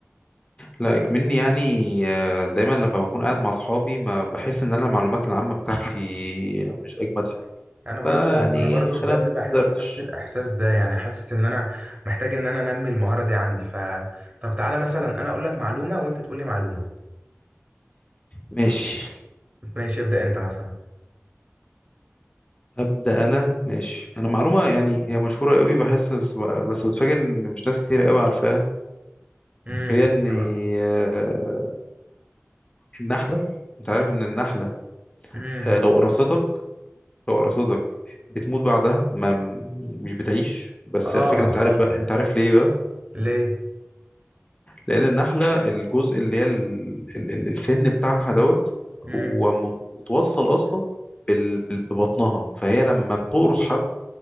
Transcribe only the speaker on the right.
انا برضو
انا برضو بجد
بحس
نفس الاحساس ده يعني حاسس ان انا محتاج ان انا انمي المهاره دي عندي ف طب تعالى مثلا انا اقول لك معلومه وانت تقول لي معلومه
ماشي ابدا انت مثلا
امم
ايه
هي بقى
امم
اه
اه
ليه
امم